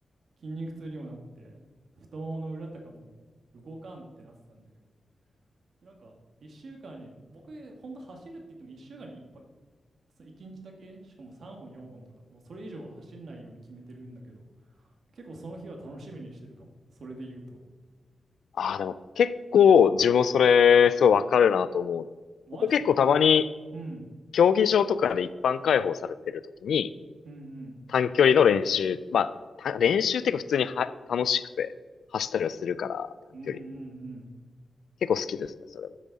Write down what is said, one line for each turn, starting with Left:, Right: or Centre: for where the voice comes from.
Right: 筋肉痛にもなって、太ももの裏とかもう動かんってなってたんだけど、で、なんか1週間に、僕、本当走るって言っても1週間にいっぱい、そう1日だけ、しかも3本、4本とか、もうそれ以上は走んないように決めてるんだけど、結構その日は楽しみにしてるかも。それで言うと。
Left: ああ、でも結構、自分もそれ、すごいわかるなと思うの。
Right: マジ
Left: 僕結構たまに、
Right: うん。
Left: 競技場とかで一般開放されてる時に、
Right: うんうん。
Left: 短距離の練習、まあ、た練習っていうか普通には楽しくて、走ったりはするから、短距離。
Right: うんうんうん。
Left: 結構好きですね、それも。